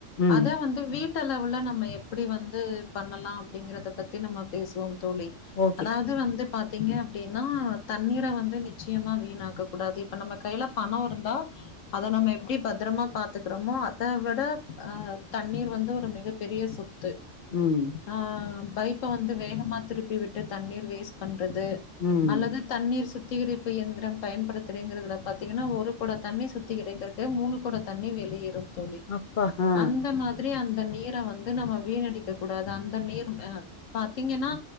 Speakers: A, on the left (about 60°); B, on the left (about 75°).
A: ம்
B: அத வந்து வீட்டலவுல நம் நம்ம எப்டி வந்து பண்ணலா அப்டிங்கறத பத்தி நம்ம பேசுவோ தோழி
A: ஓகே
B: அதாவது வந்து பாத்தீங்க அப்டின்னா தண்ணீர வந்து நிச்சயமா வீணாக்க கூடாது இப்ப நம்ம கையில பணோ இருந்தா அத நம்ம எப்டி பத்துரமா பாத்துக்குறோமோ அத விட ஆ தண்ணீர் வந்து ஒரு மிகப் பெரிய சொத்து
A: ம்
B: ஆம் பைப்ப வந்து வேகமா திருப்பி விட்டு தண்ணீர் வேஸ்ட் பண் பண்றது
A: ம்
B: அல்லது தண்ணீர் சுத் சுத்திகரிப்பு இயந்துரம் பயன்படுத்திறங்கதுல பாத்தீங்கனா ஒரு கொடோ தண்ணி சுத்திகரிக்கிறக்கு மூணு கொடோ தண்ணீ வெளியேறும் தோழி
A: அப்பா ஆ
B: அந்த மாதிரி அந் இந்த நீர வந்து நம்ம வீணடிக்க கூடாது அந்த நீர் எ பாத்தீங்கன்னா